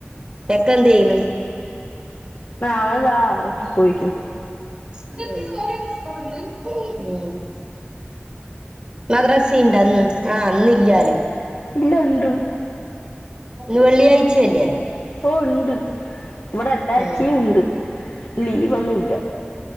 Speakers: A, on the right; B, on the left.
A: ചെക്കന്തെയ്യ്ണ്
B: അവൾതാ അവിടക്ക് പോയിക്കുന്നു.
A: ഉം. മദ്രാസിണ്ട ഇന്ന് ആ ഇന്നില്ലാലോ.
B: ഇല്ല ഇണ്ട്.
A: ഇന്ന് വെളളി ആഴ്ച അല്ലെ.
B: ഓഹ് ഇണ്ട് ഇവിടെ എല്ലാ ആഴ്ച്ചിം
A: ഉം
B: ഉണ്ട് ലീവൊന്നൂല.